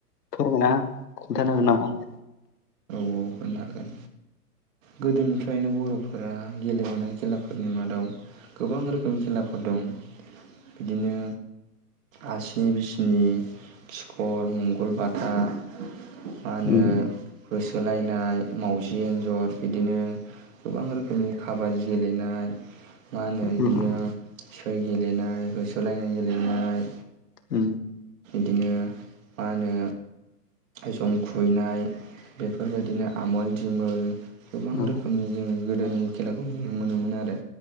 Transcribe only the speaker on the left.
फोरमायना खिन्थानो हागोन नामा आंनो
उम
उम
उम
औ